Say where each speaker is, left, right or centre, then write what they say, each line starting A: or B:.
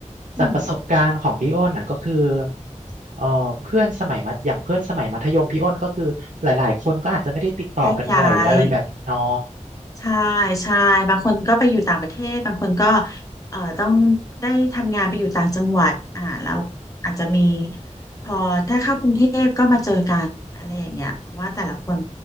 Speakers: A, on the left; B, on the right.
A: อืม
B: จากประสบการณ์ของพี่อ้นนะก็คือเอ่อเพื่อนสมัยมัธอย่างเพื่อนสมัยมัธยมพี่อ้นก็คือหลายๆคนก็อาจจะไม่ได้ติดต่อกันบ่อยอะไรแบบนี้เนาะ
A: แยกย้าย ใช่ใช่บางคนก็ไปอยู่ต่างประเทศบางคนก็เอ่อต้องได้ทำงานไปอยู่ต่างจังหวัดอ่าแล้วอาจจะมีพอถ้าเข้ากรุงเทพก็มาเจอกันอะไรอย่างเงี้ยเพราะว่าแต่ละคน